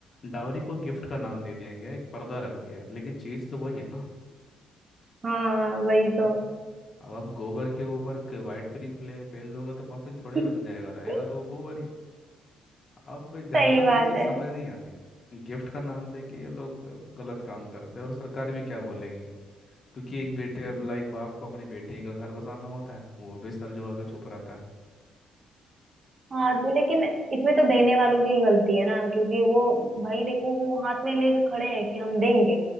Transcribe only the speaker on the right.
हाँ वही तो
<laughs>
सही बात
है
हाँ तो लेकिन इसमें तो देने वालों की गलती है ना क्योंकि वो भाई देखो वो हाथ में लेके खड़े हैं कि हम देंगे